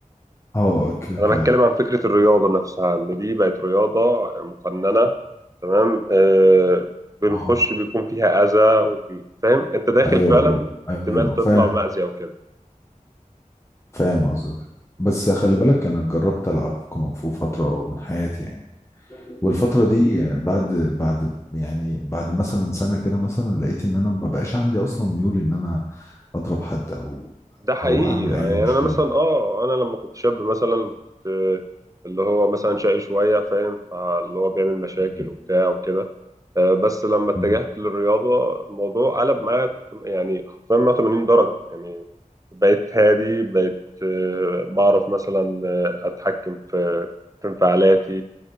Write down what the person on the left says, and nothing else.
اه ك...
ك...
اه
ايوه
ايوه
ايوه
فاهم
فاهم قصدك بس خلي بالك انا جربت العب كونغ فو فتره من حياتي يعني والفترة دي بعد بعد يعني بعد مثلا سنة كده مثلا لقيت ان انا ما بقاش عندي اصلا ميول ان انا اضرب حد او
او اعمل اي
مشكلة
م-
م.